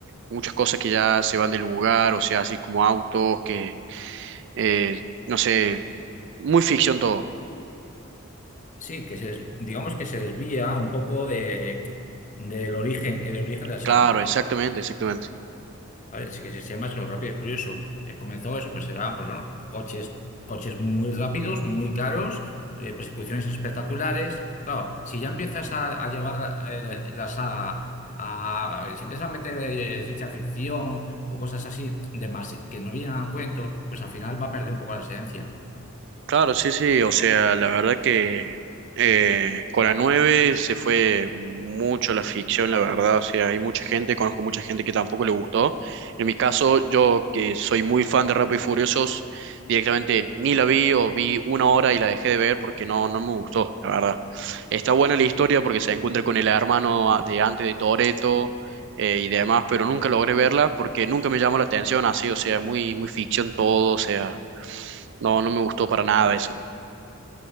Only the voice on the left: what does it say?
sí, que se, des- digamos que se desvía un poco de, del origen, el origen de la saga.
¿vale? Sí que se llama eso, rápido y furioso. Eh, comenzó eso, pues eran pues, bueno, coches, coches muy rápidos, muy caros, eh, persecuciones espectaculares. Claro, si ya empiezas a, a llevar eh, las a, a- Si empiezas a meter eh, ciencia ficción o cosas así demasi- que no vienen a cuento, pues al final va a perder un poco la esencia.